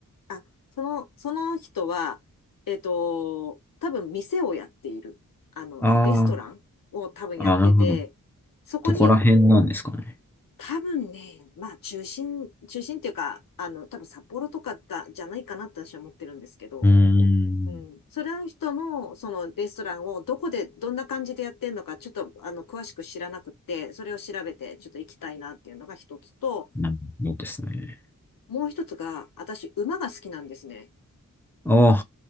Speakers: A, on the left; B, in the centre.
A: あ、その、その人は、えっと、多分店をやっている。あの、
B: あ
A: レストランを多分やってて、
B: あ、ああ、なるほど。
A: そこに
B: どこら辺なんですかね。
A: 多分ね、まあ中心、中心っていうか、あの、多分札幌とかだ、じゃないかなって私は思ってるんですけど、
B: うーん。
A: うん。それの人の、そのレストランをどこで、どんな感じでやってんのか、ちょっと、あの、詳しく知らなくって、それを調べて、ちょっと行きたいなっていうのが一つと、
B: なるほいいど。ですね。
A: もう一つが、私、馬が好きなんですね。
B: おー